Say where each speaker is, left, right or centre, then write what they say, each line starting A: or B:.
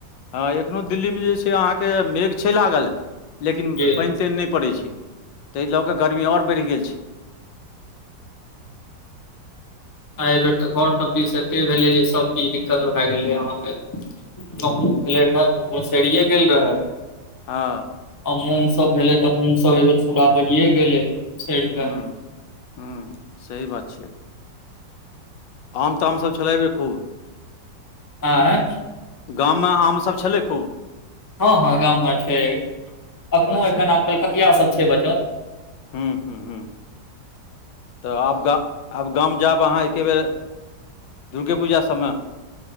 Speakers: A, on the left; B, on the left.
A: हाँ एखनो दिल्ली मे जे छै अहाँके मेघ छै लागल लेकिन
B: जी
A: पानि तानि नहि पड़ै छै ताहि लऽ कऽ गर्मी आऔर बढ़ि गेल छै
B: आ एहि बेर तऽ घर सब दि एते भेलै जे सब चीज दिक्कत भए गेलै अहाँके गहूम रहे तऽ ओ सरिये गेल रहे <unintelligible>
A: हाँ
B: आ मूँग सब भेलै तऽ मूँग सब अहिबेर पूरा बहिए गेलै सड़ि कऽ
A: हूं हूं सही बात छै। आम तामसभ छलै एहिबेर खूब
B: आंय
A: गाममे आम सभ छलै खूब
B: हँ हँ गाममे छै अखनो
A: अच्छा
B: एखन आब कलकतिया सब छै बचल
A: हू हू हूँ तऽ आब गा आब गाम जायब अहाँ एकेबेर दुर्गे पूजा सबमे